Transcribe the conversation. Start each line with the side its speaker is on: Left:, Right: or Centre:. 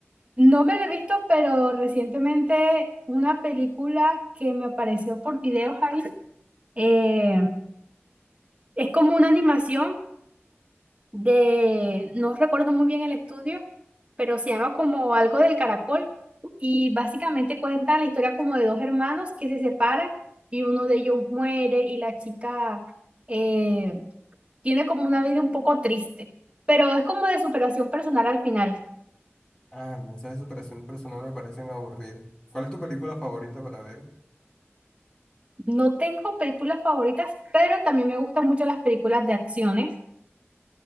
Right: No me la he visto, pero recientemente una película que me apareció por videos ahí, eh, es como una animación de, no recuerdo muy bien el estudio, pero se llama como algo del caracol y básicamente cuenta la historia como de dos hermanos que se separan y uno de ellos muere y la chica eh, tiene como una vida un poco triste, pero es como de superación personal al final.
Left: Ah, no, esas de superación personal me parecen aburridas. ¿Cuál es tu película favorita para ver?
Right: No tengo películas favoritas, pero también me gustan mucho las películas de acciones.